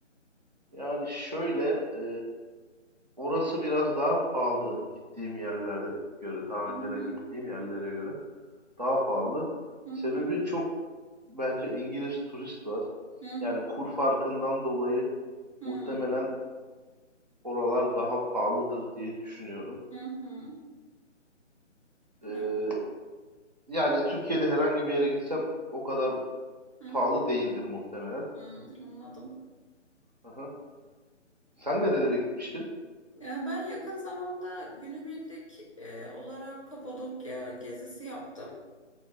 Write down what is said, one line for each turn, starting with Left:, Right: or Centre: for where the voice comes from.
Right: Yani şöyle, e, orası biraz daha pahalı gittiğim yerlere göre, daha
Left: Hı
Right: önceden
Left: hı,
Right: gittiğim yerlere göre daha pahalı.
Left: hı
Right: Sebebi
Left: hı,
Right: çok bence İngiliz turist var.
Left: hı
Right: Yani kur farkından dolayı
Left: hı,
Right: muhtemelen
Left: hı
Right: oralar daha pahalıdır diye düşünüyorum.
Left: hı, hı.
Right: E,
Left: Evet,
Right: yani Türkiye'de herhangi bir yere gitsem o kadar
Left: hı
Right: pahalı değildir muhtemelen.
Left: hı, Anladım.
Right: Aha. Sen nerelere gitmiştin?
Left: Ya ben yakın zamanda günübirlik e, olarak Kapadokya gezisi yaptım.